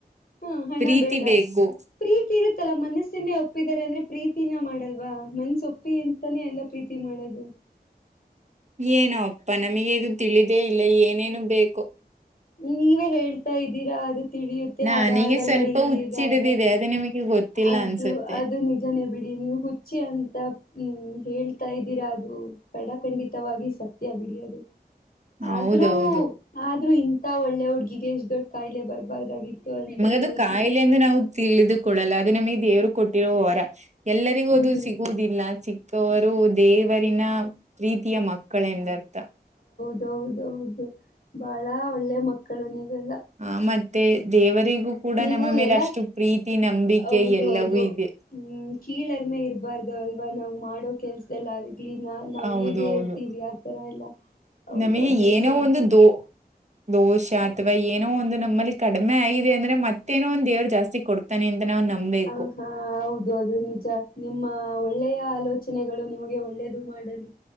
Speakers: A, on the left (about 60°); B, on the right (about 45°).
A: ಹಾ ಹಣ
B: ಪ್ರೀತಿ
A: ಬೇಡ
B: ಬೇಕು
A: ಪ್ರೀತಿ ಇರುತ್ತಲ್ಲ ಮನಸ್ ಮನ್ಸನ್ನೇ ಒಪ್ಪಿದ್ದಾರೆ ಅಂದ್ರೆ ಪ್ರೀತಿನ ಮಾಡಲ್ವ ಮನ್ಸ ಒಪ್ಪಿ ಅಂತಾನೇ ಎಲ್ಲ ಪ್ರೀತಿ ಮಾಡೋದು
B: ಏನೋ ಅಪ್ಪ ನಮಗೆ ಇದು ತಿಳಿದೇ ಇಲ್ಲ ಏನೇನು ಬೇಕೊ.
A: ನೀವೇ ಹೇಳ್ತಾ ಇದ್ದೀರಾ ಅದು ತಿಳಿಯುತ್ತೆ
B: ನನಗೆ
A: ಅದಾಗಲ್ಲ
B: ಸ್ವಲ್ಪ ಹುಚ್ಚಿಡಿದಿದೆ
A: ಈಗಾಗಲ್ಲ.
B: ಅದು ನಿಮಗೆ ಗೊತ್ತಿಲ್ಲ
A: ಅದು
B: ಅನ್ಸುತ್ತೆ
A: ಅದು ನಿಜನೇ ಬಿಡಿ ನೀವು ಹುಚ್ಚಿ ಅಂತ ಹ್ಮ್ ಹೇಳ್ತಾ ಇದ್ದೀರಾ ಅದು ಖಡಖಂಡಿತವಾಗಿ ಸತ್ಯ ಬಿಡಿ ಅದು
B: ಹೌದೌದು
A: ಆದ್ರೂ ಆದ್ರೂ ಇಂತ ಒಳ್ಳೆ ಹುಡ್ಗಿಗೆ ಎಷ್ಟ್ ದೊಡ್ ಕಾಯಿಲೆ ಬರ್ಬಾರ್ದಾಗಿತ್ತು ಅಂತ ಯೋಚನೆ
B: ಅದು ಕಾಯಿಲೆ ಎಂದು ನಾವು ಕೊಡಲ್ಲ ಅದು ನಮಗೆ ದೇವರು ಕೊಟ್ಟಿರೋ ಹೊರ ಎಲ್ಲರಿಗೂ
A: ಹ್ಮ್
B: ಅದು
A: ಹ್ಮ್
B: ಸಿಗುವುದಿಲ್ಲ ಸಿ ಅವರು ದೇವರಿನ ಪ್ರೀತಿಯ ಮಕ್ಕಳೆಂದರ್ಥ
A: ಹೌದೌದು ಬಹಳ ಒಳ್ಳೆ ಮಕ್ಕಳು ನೀವೆಲ್ಲ
B: ಹ ಮತ್ತೆ ದೇವರಿಗೆ ಕೂಡ
A: ನೀವು
B: ನಮ್ಮ ಮೇಲೆ
A: ಎಲ್ಲಾ
B: ಅಷ್ಟು ಪ್ರೀತಿ ನಂಬಿಕೆ
A: ಹೌದು
B: ಎಲ್ಲವೂ
A: ಹೌದು
B: ಇದೆ
A: ಹ್ಮ್ ಕೀಳರ್ಮೆ ಇರಬಾರ್ದು ಅಲ್ವಾ ನಾವು ಮಾಡೋ ಕೆಲಸದಲ್ಲಾದರೂ ನಾವ್
B: ಹೌದು
A: ಹೇಗೆ
B: ಹೌದು
A: ಇರ್ತೀವಿ ಆತರ ಎಲ್ಲ ಹೌದು
B: ನಮಗೆ
A: ಅವ ನೇಚರ್
B: ಏನೋ ಒಂದು ದೋ ದೋಷ ಅಥವಾ ಏನೋ ಒಂದು ನಮ್ಮಲ್ಲಿ ಕಡಿಮೆ ಆಗಿದೆ ಅಂದ್ರೆ ಮತ್ತೇನೋ ಒಂದ್ ದೇವ್ರ ಜಾಸ್ತಿ ಕೊಡ್ತಾನೆ ಅಂತ ನಾವು ನಂಬಬೇಕು
A: ಹ ಹಾ ಹೌದು ಅದು ನಿಜ ನಿಮ್ಮ ಒಳ್ಳೆಯ ಆಲೋಚನೆ ರಚನೆಗಳು ನಿಮಗೆ ಒಳ್ಳೆಯದು ಮಾಡಲಿ